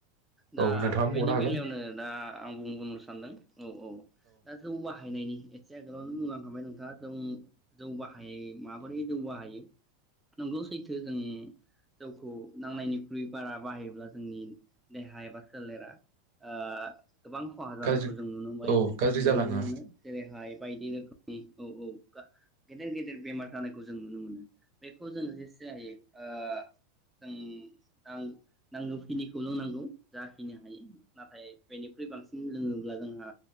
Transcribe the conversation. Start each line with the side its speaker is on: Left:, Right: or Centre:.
Centre: दा
Right: औ नोंथाङा
Centre: बेनि
Right: बुंबावनो हागोन
Centre: बेलायावनो दा आं बुं बुंनो सानदों औ औ दा जौ बाहायनायनि एसे आगोलावनो बुंलां खाबाय नोंथाङा जों जौ बाहाय माबोरै जौ बाहायो? नोंगौ सैथो। जों जौखौ नांनायनिख्रुइ बारा बाहायोब्ला जोंनि देहा एबा सोलेरा ओ गोबां खहा जानायखौ
Right: गाज्रि
Centre: जों नुनोबाय
Right: औ गाज्रि
Centre: नुनो
Right: जालाङो
Centre: मोनो जेरैहाय बायदि रोखोमनि औ औ गा गेदेर गेदेर बेमार जानायखौ जों नुनो मोनो बेखौ जों जेसे जायो ओ जों नां नांगौखिनिखौ लोंनांगौ जाहिनो हायो नाथाय बेनिख्रुइ बांसिन लोङोब्ला जोंहा